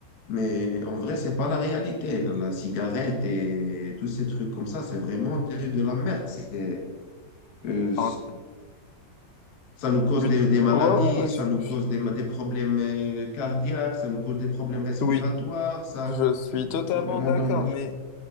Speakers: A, on the left (about 55°); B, on the left (about 75°).
A: mais en vrai, c'est pas la réalité. La cigarette et tous ces trucs comme ça, c'est vraiment de, de la merde. C'est, euh,
B: En-
A: ça nous cause
B: Ouais,
A: des, des
B: ouais,
A: maladies,
B: ouais.
A: ça
B: je-
A: nous cause
B: je-
A: des, des problèmes euh, cardiaques, ça nous cause des problèmes respiratoires,
B: oui,
A: ça,
B: je suis totalement
A: c'est vraiment
B: d'accord,
A: dommage.
B: mais,